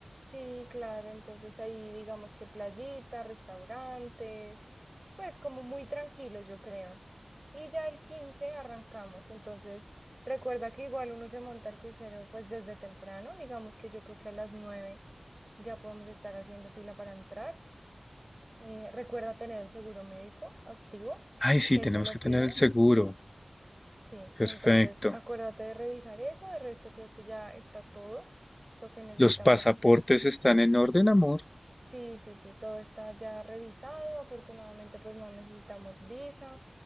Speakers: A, on the right; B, on the left.
A: Sí, claro, entonces ahí digamos que playita, restaurantes, pues como muy tranquilos, yo creo. Y ya el 15 arrancamos, entonces recuerda que igual uno se monta el crucero pues desde temprano, digamos que yo creo que a las 9 ya podemos estar haciendo fila para entrar. Eh, recuerda tener el seguro médico activo,
B: Ay, sí,
A: que
B: tenemos
A: eso lo
B: que tener
A: pide.
B: el seguro.
A: Ujú. Sí,
B: Perfecto.
A: entonces acuérdate de revisar eso. De resto, creo que ya está todo lo que necesitamos.
B: Los pasaportes están en orden, amor.
A: Sí, sí, sí, todo está ya revisado. Afortunadamente, pues no necesitamos visa.